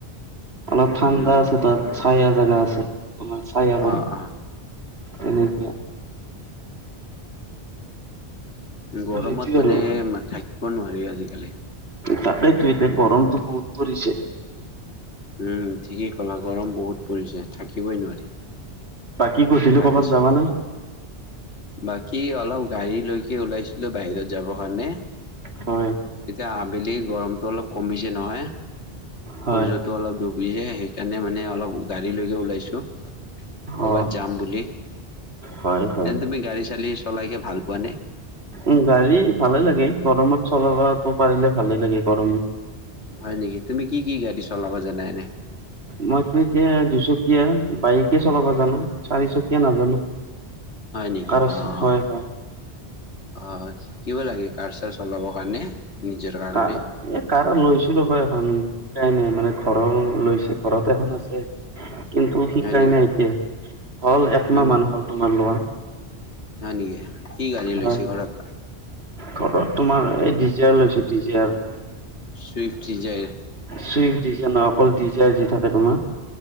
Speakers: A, on the right; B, on the left.
A: অলপ ঠাণ্ডা
B: উম
A: আছে তাত চাইয়া জাগা আছে তোমাৰ চাইয়াবোৰ
B: অ অ
A: তেনেকুৱা
B: গৰমত
A: সেইটোৱে
B: মানে
A: আৰু
B: থাকিব নোৱাৰি আজিকালি
A: তাতেতো এতিয়া গৰমটো বহুত পৰিছে
B: উম ঠিকেই ক'লা গৰম বহুত পৰিছে থাকিবই নোৱাৰি
A: বাকী কৈছিলো
B: তাৰপিছত
A: ক'ৰবাত যাবা নে
B: বাকী অলপ গাড়ী লৈকে ওলাইছিলো বাহিৰত যাবৰ কাৰণে
A: হয়
B: এতিয়া আবেলি গৰমটো অলপ কমিছে নহয় সূৰ্য্য
A: হয়,
B: টো অলপ ডুবিছে সেইকাৰণে মানে অলপ গাড়ী লৈকে ওলাইছো কৰ'বাত
A: অ',
B: যাম বুলি
A: হয়, হয়।
B: এনে তুমি গাড়ী চাড়ী চলাইকে ভাল পোৱানে
A: উম গাড়ী ভালে লাগে গৰমত চলাবাতো পাৰিলে ভালে লাগে গৰম
B: হয় নেকি তুমি কি কি গাড়ী চলাব জানা এনে
A: মইতো এতিয়া দুচকীয়া বাইকে চলাবা জানো চাৰিচকীয়া নাজানো
B: হয় নেকি
A: কাৰ আছে
B: আহ
A: হয়, হয়,
B: অ শিকিব লাগে কাৰ চাৰ চলাবৰ কাৰণে নিজৰ কাৰণে
A: কাৰ এ কাৰ লৈছিলো ৰবা এখন শিকাই নাই মানে ঘৰৰ লৈছে ঘৰত এখন আছে কিন্তু শিকাই
B: হয় নেকি
A: নাই এতিয়া হ'ল একমাহ
B: উম
A: মান হ'ল তোমাৰ লোৱা
B: হয় নেকি কি গাড়ী লৈছে
A: হয়
B: ঘৰত
A: ঘৰত তোমাৰ এই ডিজিয়াৰ লৈছো ডিজিয়াৰ
B: চুইফ্টি ডিজাইৰ
A: চুইফ্ট ডিজাই নহয় অকল ডিজাই যি থাকে তোমাৰ